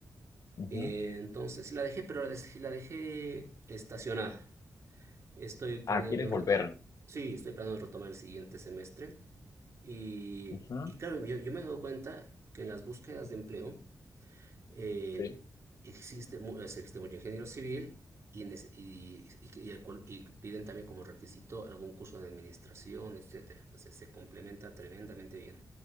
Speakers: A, on the left; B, on the right.
A: Ujú.
B: Eh, entonces la dejé, pero la dejé, la dejé estacionada. Estoy planeando
A: Ah, ¿quieres volver?
B: reto sí, estoy planeando retomar el siguiente semestre. Y,
A: Ujú,
B: y claro, yo, yo me he dado cuenta que en las búsquedas de empleo eh,
A: Sí,
B: existe, mu- es- existe mucho ingeniero civil y, nece- y- y- y el cual- y piden también como requisito algún curso de administración, etcétera. O sea, se complementa tremendamente bien.